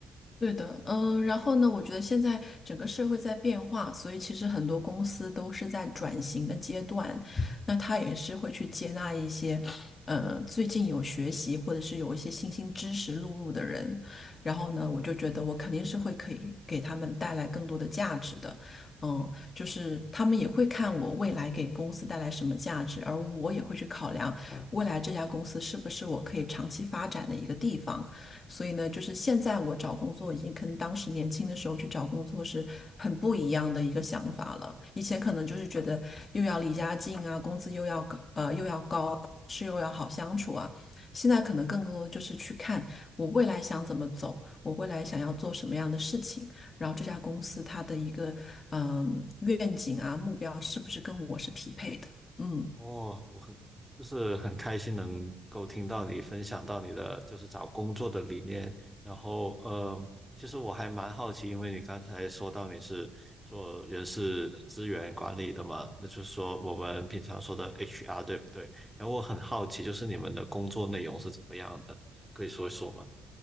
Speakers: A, on the left; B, in the centre.
A: 对的，嗯，然后呢，我觉得现在整个社会在变化，所以其实很多公司都是在转型的阶段，那他也是会去接纳一些，呃，最近有学习或者是有一些新兴知识录入的人，然后呢，我就觉得我肯定是会可以给他们带来更多的价值的，嗯，就是他们也会看我未来给公司带来什么价值，而我也会去考量未来这家公司是不是我可以长期发展的一个地方。所以呢，就是现在我找工作已经跟当时年轻的时候去找工作是很不一样的一个想法了。以前可能就是觉得又要离家近啊，工资又要高，呃又要高啊，同事又要好相处啊。现在可能更多就是去看我未来想怎么走，我未来想要做什么样的事情，然后这家公司它的一个嗯、愿景啊目标是不是跟我是匹配的？嗯。
B: 哦，我很就是很开心能够听到你分享到你的就是找工作的理念，然后呃，其实我还蛮好奇，因为你刚才说到你是做人事资源管理的嘛，那就是说我们平常说的 HR 对不对？然后我很好奇，就是你们的工作内容是怎么样的，可以说一说吗？